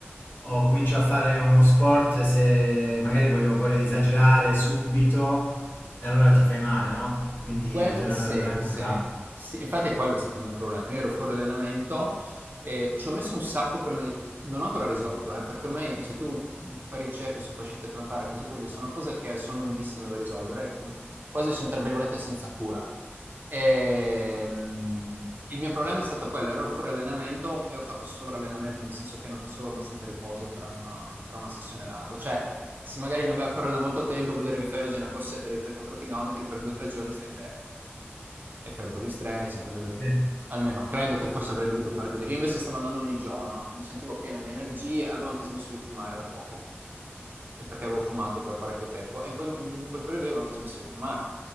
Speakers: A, on the left; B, on the right.
A: ho comincio a fare uno sport e se magari voglio, voglio esagerare subito, e allora ti fai male, no? Quindi
B: Quel-
A: bisogna
B: sì,
A: andare, andare con
B: sì,
A: calma.
B: sì, infatti è quello è stato il mio problema. Io ero fuori allenamento e ci ho messo un sacco prima di... Non ho ancora risolto, eh, perché ormai se tu fai ricerche su fascite plantare, cose così, sono cose che sono lunghissime da risolvere, mh, quasi sono tra virgolette senza cura. E, mh, il mio problema è stato quello, ero fuori allenamento e ho fatto sovrallenamento, nel senso che non facevo abbastanza riposo tra, tra una sessione e l'altra. Cioè, se magari non vai a correre da molto tempo, vuol dire che fai oggi una corsetta di 3-4 km, per 2-3 giorni stai fermo e fai un po' di stretching, cose così.
A: Sì.
B: Almeno credo che forse avrei dovuto fare così. Io invece stavo andando ogni giorno, mi sentivo pieno di energie, avevo anche smesso di fumare da poco, e perché avevo fumato per parecchio tempo, e in quel, in quel periodo lì avevo anche smesso di fumare.